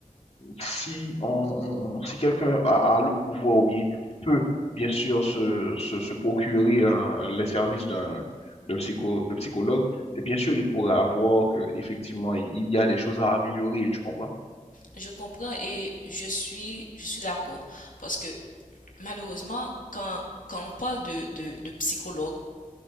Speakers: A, on the left; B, on the left.
A: si, on, on- si quelqu'un a, a le pouvoir ou bien peut, bien sûr, se, se, se procurer un- les services d'un d'un psycho, de psychologue, et bien sûr, il pourra avoir que, effectivement, il il y a des choses à améliorer, tu comprends?
B: Je comprends et je suis, je suis d'accord parce que malheureusement, quand, quand on parle de, de, de psychologue,